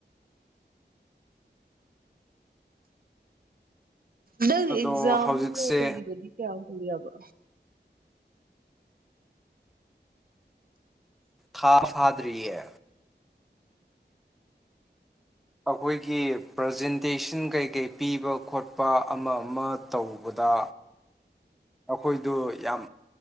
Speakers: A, on the right (about 50°); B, in the centre.
A: ꯅꯪ
B: ꯑꯗꯣ
A: ꯑꯦꯛꯖꯝ
B: ꯍꯧꯖꯤꯛꯁꯦ
A: ꯂꯣꯏꯕꯒꯤ ꯀꯌꯥ ꯀꯨꯢꯔꯕ
B: ꯊꯥ ꯐꯥꯗꯔꯤꯑꯦ ꯑꯩꯈꯣꯏꯒꯤ ꯄ꯭ꯔꯖꯦꯟꯇꯦꯁꯟ ꯀꯩꯀꯩ ꯄꯤꯕ ꯈꯣꯠꯄ ꯑꯃ ꯑꯃ ꯇꯧꯕꯗ ꯑꯩꯈꯣꯏꯗꯨ ꯌꯥꯝ